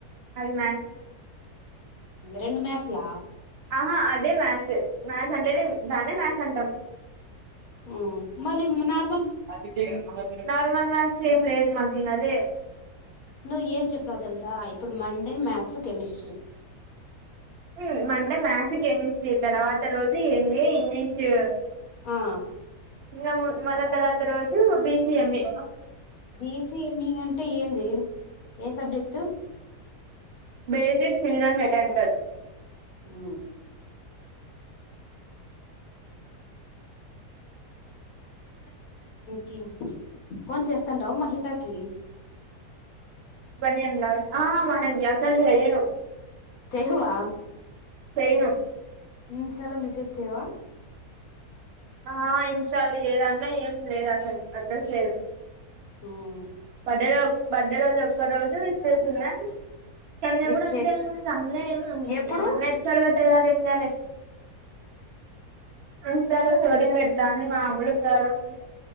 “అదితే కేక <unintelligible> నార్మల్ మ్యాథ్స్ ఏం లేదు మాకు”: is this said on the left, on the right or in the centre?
Right